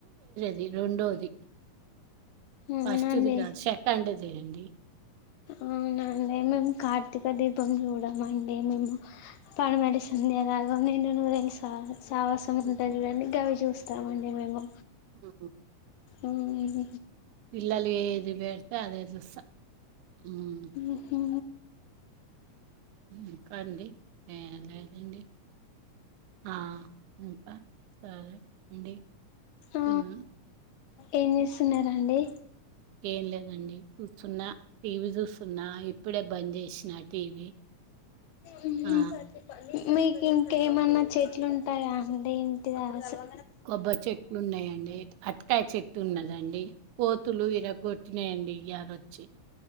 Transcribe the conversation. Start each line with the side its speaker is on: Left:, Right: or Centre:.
Right: ది రెండోది
Left: అవునండి
Right: ఫస్ట్దిగాదు సెకండ్ది చేయండి
Left: అవునండి మేము కార్తీక దీపం చూడమండి మేము పడమటి సంధ్యారాగం, నిండు నూరేళ్ళు సహవా సావాసం
Right: హ్మ్.
Left: ఉంటది చూడండి గవి చూస్త తామండి మేము
Right: ఆ
Left: ఆమ్
Right: పిల్లలు ఏది పెడితే అదే చూస్తా హ్మ్.
Left: ఉహు
Right: ఇంకా అండి లే లేదండి ఆ ఇంకా సరే అండి
Left: ఆ
Right: తిన్
Left: ఏం చేస్తున్నారండి
Right: ఏం లేదండి చూస్తున్నా టీవీ చూస్తున్నా ఇప్పుడే బంద్ చేసినా టీవీ
Left: ఆమ్
Right: ఆ!
Left: మీకు ఇంకేమన్నా చెట్లు ఉంటాయా ఇంటిదగ్గర అసలు
Right: కొబ్బరి చెట్లు ఉన్నాయండి అరటికాయ చెట్టు ఉందండి దండి కోతులు విరగ కొట్టినయండి ఇయ్యాలొచ్చి